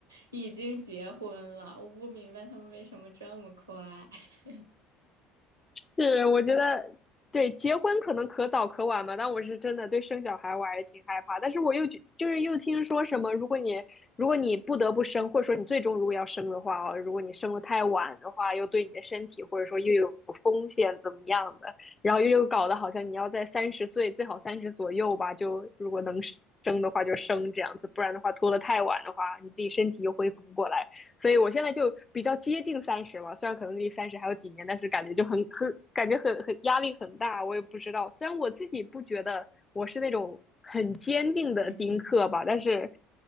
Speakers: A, on the right; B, on the left.
A: 已经结婚了，我不明白他们为什么这么快。<laughs>
B: 是，我觉得对结婚可能可早可晚嘛，但我是真的对生小孩我还是挺害怕。但是我又觉就是又听说什么，如果你如果你不得不生，或者说你最终如果要生的话哦，如果你生的太晚的话，又对你的身体或者说又有风险怎么样的，然后又又搞得好像你要在三十岁最好三十左右吧，就如果能生的话就生这样子，不然的话拖得太晚的话，你自己身体又恢复不过来。所以我现在就比较接近三十嘛，虽然可能离三十还有几年，但是感觉就很很感觉很很压力很大。我也不知道，虽然我自己不觉得我是那种很坚定的丁克吧，
A: 嗯。
B: 但是